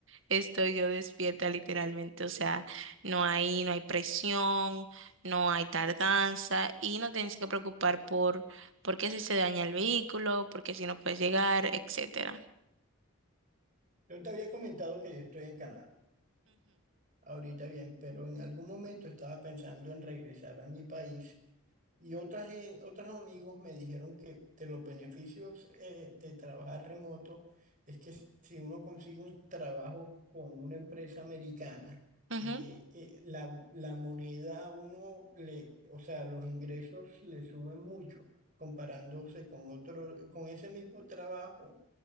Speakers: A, on the right; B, on the right.
A: Estoy yo despierta literalmente, o sea, no hay, no hay presión, no hay tardanza y no tienes que preocupar por, por qué si se daña el vehículo, por qué si no puedes llegar, etcétera.
B: Yo te había comentado que yo estoy en Canadá ahorita bien, pero en algún momento estaba pensando en regresar a mi país Y otras, gen- otros amigos me dijeron que de los beneficios eh, de trabajar remoto es que si uno consigue un trabajo con una empresa americana,
A: Ujú,
B: eh,
A: ujú.
B: eh, la, la moneda a uno le, o sea, los ingresos le suben mucho comparándose con otro, con ese mismo trabajo